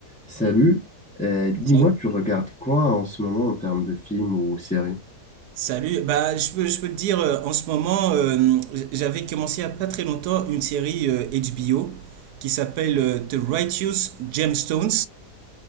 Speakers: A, in the centre; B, on the right.
A: Salut, Euh, dis-moi,
B: Sa-
A: tu regardes quoi en ce moment en termes de films ou séries?
B: Salut, bah, je peux, je peux te dire, euh, en ce moment, euh, j'avais commencé il n'y a pas très longtemps une série euh, HBO qui s'appelle euh, The Righteous Gemstones.